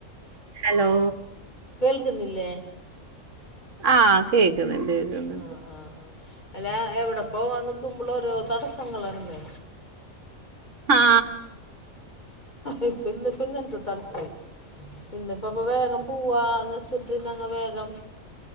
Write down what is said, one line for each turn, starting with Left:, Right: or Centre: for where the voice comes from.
Right: ഹലോ
Left: കേൾക്കുന്നില്ലേ
Right: ആ കേക്കുന്നുണ്ട് കേക്കുന്നുണ്ട്
Left: ആഹ് ആഹ് അല്ല എവിടെപ്പോവനിക്കോമ്പോളും ഓരോ തടസ്സങ്ങളാണെന്നേ
Right: ആ
Left: ഇപ്പ ഇന്നിപ്പം ഇങ്ങനത്തെ തടസ്സായി ഇന്നിപ്പപ്പൊ വേഗം പോവാന്ന് വച്ചിട്ട് ഞങ്ങ വേഗം